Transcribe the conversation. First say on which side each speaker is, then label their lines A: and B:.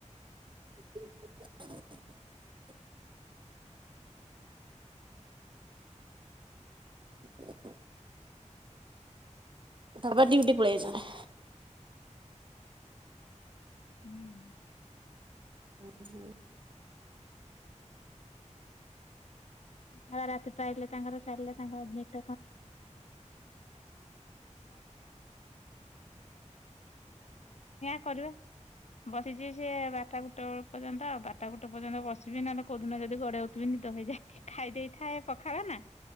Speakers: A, on the right; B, on the left.
A: <inaudible> <inaudible> ବାବା ଡିଉଟି ପଳେଇଛନ।
B: ହିଁ।
A: <inaudible>
B: ସକାଳେ ରାତି ପାଇଲେ ତାଙ୍କର ଚା ବସିଛି ସେ ବାରଟା ଗୁଟେ ବେଳ ପର୍ଯ୍ୟନ୍ତ ଆଉ। ବାରଟା ଗୁଟେ ପର୍ଯ୍ୟନ୍ତ ବସିବି ନହେଲେ କେଉଦିନ ଯଦ ଗଡେଇ ତମେ ନିଦ ହେଇଯାଇ ଖାଇ ଦେଇେଇଥାଏ ପଖାଳ ନା